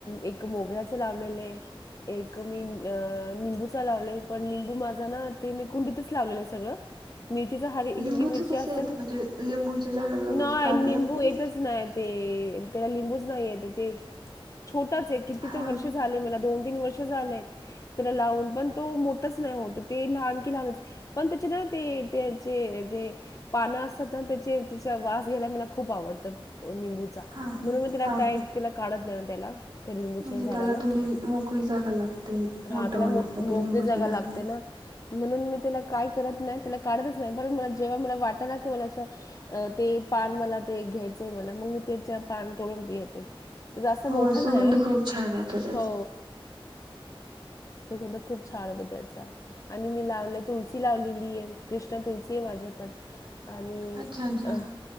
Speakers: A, on the left; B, on the right.
A: एक मोगऱ्याच लावलेलं एक मी निंबूचा लावलोय पण निंबू माझा ना ते मी कुंडीतच लावलेलं आहे सगळं मिरचीचं हरी
B: लिंबूच
A: हिरवी मिरची
B: कस
A: असतात
B: येत
A: ना
B: म्हणजे लिंबूच्या झाडाला
A: नाही
B: म्हणजे जागा
A: लिंबू
B: लागते
A: येतच नाही ते त्याला लिंबूच नाही य ते छोट किती
B: हा
A: तर वर्ष झाले मला दोन तीन वर्ष त्याला लावून पण तो मोठच नाही होत ते लहान की लहानच पण त्याचे ना ते त्याचे जे पानं असतात ना त्याचे त्याचा वास घ्यायला मला खूप आवडतं निंबूचा
B: हा हा हा
A: म्हणून मी तिला
B: हा
A: त्या तेला काढत त्याला त्या लिंबूच्या
B: म्हणजे
A: झाडाला
B: त्याला थोडी मोकळी जागा लागते मोठं
A: हा त्याला
B: होण्यासाठी
A: मोठ मोकळी
B: लिंबाच्या
A: जागा
B: झाडाला
A: लागते ना म्हणून मी त्याला काय करत नाही त्याला काढतच नाही पण मला जेव्हा मला वाट ना की मला असं ते पान मला ते घ्या मला मग मग त्याच्या पान तोळून येते जास्त
B: हो
A: मोठं
B: सुगंध
A: नाही होत
B: खूप छान येतो त्याचा.
A: हो सुगण तर खूप छान होता त्याचा आणि मी लावले तुलसी लावलेली आहे कृष्ण तुलसी आहे माझ्याकडे आणि
B: अच्छा अच्छा
A: अं,